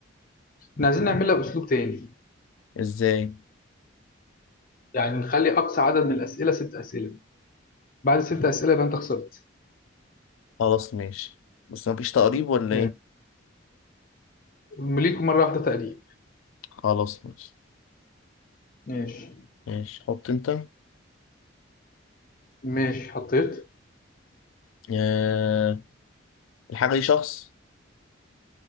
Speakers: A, on the left; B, on the left.
A: إحنا عايزين نعملها بأسلوب تاني
B: إزاي
A: يعني نخلي أقصى عدد من الأسئلة ست أسئلة بعد ست أسئلة يبقى أنت خسرت
B: خلاص ماشي بس مفيش تقريب ولا
A: ماشي.
B: إيه
A: ليك مرة واحدة تقريبا
B: خلاص ماشي
A: ماشي
B: ماشي حط انت
A: ماشي حطيت
B: آه الحاجة دي شخص